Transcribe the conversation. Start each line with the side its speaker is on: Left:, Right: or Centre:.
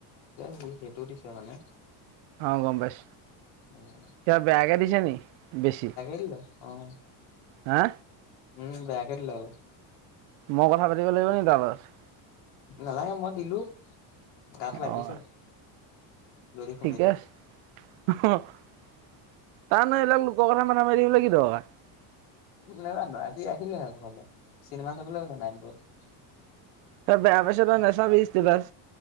Left: সি সেইটো দিছে মানে।
Right: অ', গম পাইছ
Left: উম
Right: কিবা বেয়াকে দিছে নি বেছি?
Left: <unintelligible> অঁ।
Right: হা?
Left: উম, বেয়াকে দিলে অলপ।
Right: মইও কথা পাতিব লাগিব নেকি তাৰ লগত?
Left: নালাগে মই দিলো, গাত লাগিছে।
Right: অঁ
Left: যদি শুনিছে
Right: ঠিকে আছে। তাৰ ন' এইবিলাক নো লোকৰ কথা মাথা মাৰি থাকিবলে কি দৰকাৰ।
Left: নাজানো আজি <unintelligible> চিনেমা চাবলে গৈছে নাইন পুৰত
Right: তই বেয়া পাইছ' তই নাচাবি ষ্টেটাছ।